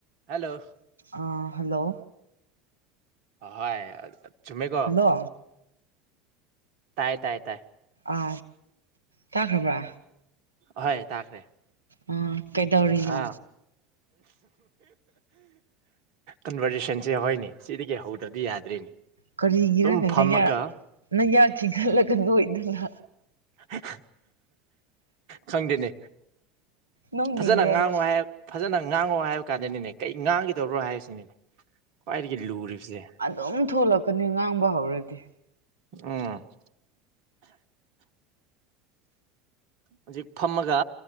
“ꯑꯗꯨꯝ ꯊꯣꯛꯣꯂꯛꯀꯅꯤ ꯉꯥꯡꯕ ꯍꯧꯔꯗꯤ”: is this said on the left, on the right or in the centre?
Right